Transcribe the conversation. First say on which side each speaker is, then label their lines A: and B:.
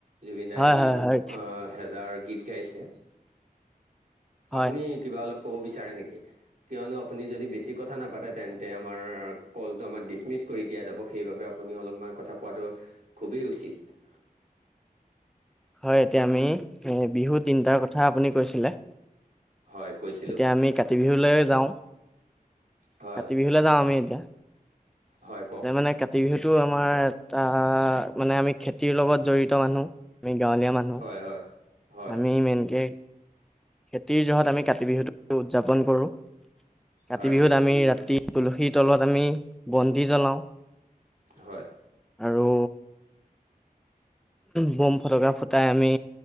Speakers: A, on the right; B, in the centre.
A: জুবিনদাৰ
B: হয়
A: যি ইমান
B: হয়
A: হেজাৰ গীত গাইছে
B: হয়
A: আপুনি কিবা অলপ ক'ব বিচাৰে নেকি কিয়নো আপুনি যদি বেছি কথা নাপাতে তেন্তে আমাৰ কলটো আমাৰ ডিচমিচ কৰি দিয়া যাব সেইবাবে‌ আপুনি অলপমান কথা কোৱাটো খুবেই উচিত।
B: হয়, এতিয়া আমি এ বিহু তিনটাৰ কথা আপুনি কৈছিলে।
A: হয় কৈছিলোঁ।
B: এতিয়া আমি কাতি বিহুলৈ যাওঁ।
A: হয়
B: কাতি বিহুলৈ যাওঁ আমি এতিয়া।
A: হয় কওক
B: যে মানে কাতি বিহুতটো আমাৰ এটা মানে আমি খেতিৰ লগত জৰিত মানুহ। আমি গাঁৱলীয়া মানুহ
A: হয় হয় হয়
B: আমি মেইনকে। খেতিৰ জহত আমি কাতি বিহুটো উদযাপন কৰোঁ। কাতি
A: হয়
B: বিহুত আমি ৰাতি তুলসীৰ তলত আমি বন্তি জ্বলাওঁ।
A: হয়।
B: আৰু বোম ফটকা ফুটাই আমি